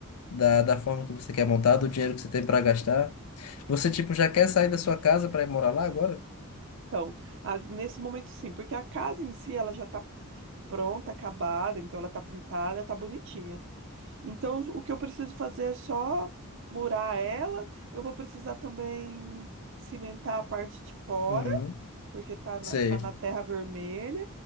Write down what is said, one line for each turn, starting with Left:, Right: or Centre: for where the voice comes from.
Left: da, da forma que você quer montar, do dinheiro que você tem para gastar. Você, tipo, já quer sair da sua casa para ir morar lá agora?
Right: Então, a- nesse momento sim, porque a casa em si ela já está pronta, acabada, então ela está pintada, está bonitinha. Então, o que eu preciso fazer é só murar ela. Eu vou precisar também cimentar a parte de fora.
Left: Uhum.
Right: porque tá na,
Left: Sei.
Right: tá na terra vermelha,